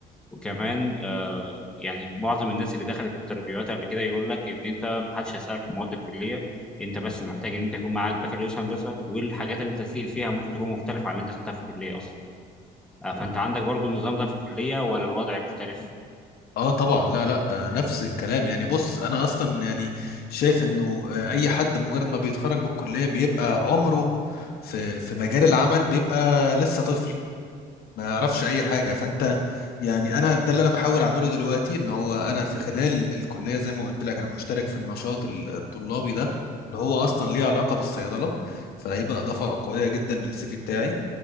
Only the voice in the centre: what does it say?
وكمان آه، يعني معظم الناس اللي دخلت انترفيوهات قبل كده يقول لك ان انت محدش هيسالك في مواد الكليه انت بس محتاج ان انت يكون معاك بكالوريوس هندسه والحاجات اللي انت تسال فيها ممكن تكون مختلفه عن اللي انت خدتها في الكليه اصلا آه، فانت عندك برضو النظام ده في الكليه ولا الوضع مختلف